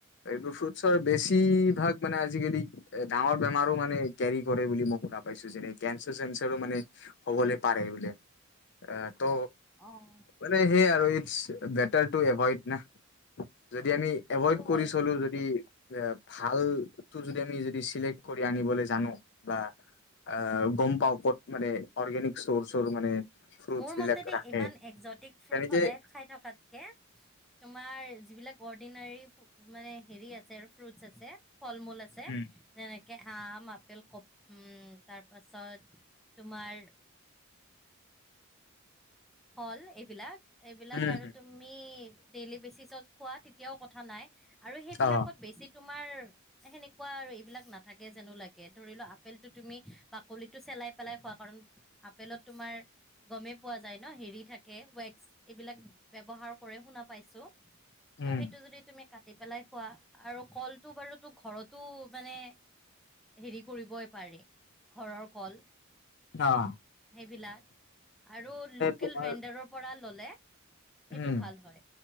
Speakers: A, on the left; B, in the centre.
A: এইবোৰ ফ্ৰুইট বেছিভাগ মানে আজিকালি এ ডাঙৰ বেমাৰো মানে কেৰি কৰে বুলি মই শুনা পাইছো যেনে কেঞ্চাৰ চেঞ্চাৰো মানে হ'বলৈ পাৰে বোলে। আহ তো
B: অ',
A: মানে সেইয় আৰু এই বেটাৰ এভইড না, যদি আমি
B: সেইটো
A: এভইড কৰি
B: হয়
A: চলো
B: বাৰু।
A: যদি এ ভাল টো যদি আমি যদি চিলেক্ট কৰি আনিবলৈ জানোঁ বা অহ গম পাওঁ ক'ত মানে অৰ্গেনিক ষ্টৰ চৰ মানে ফ্ৰুটছ
B: মোৰ মতে
A: বিলাক ৰাখে
B: ইমান একজটিক ফ্ৰুট
A: তেনেকে
B: সদায় খাই থকাতকে, তোমাক যিবিলাক এডিনাৰি ফ্ৰু মানে হে আছে ফ্ৰুট আছে, ফল-মূল আছে
A: উম
B: যেনেকে আম, আপেল, কমলা, উম তাৰপাছত তোমাৰ ফল এইবিলাক, এইবিলাক
A: উম,
B: আৰু তুমি ডেইলি বেচিছত খোৱা তেতিয়াও কথা নাই আৰু সেইবিলাকত
A: অ,
B: বেছি তোমাৰ সেনে কোৱা আৰু এইবিলাক নাথাকে যেনো লাগে। ধৰি লোৱা আপেলটো তুমি বাকলি চেলাই পেলাই খোৱা, কাৰণ আপেলত তোমাৰ গমেই পোৱা যায় যায় ন হেৰি থাকে ৱেক্স, এইবিলাক ব্যৱহাৰ কৰে শুনা পাইছোঁ।
A: উম,
B: ত' সেইটো যদি তুমি কাটি কাটি পেলাই খোৱা আৰু কলটো বাৰুতো ঘৰতো মানে হেৰি কৰিব। পাৰে, ঘৰৰ কল।
A: অহ।
B: সেইবিলাক আৰু লোকেল
A: তোমাৰ
B: ভেণ্ডাৰৰ পৰা ল'লে সেইটো
A: উম,
B: ভাল হয়।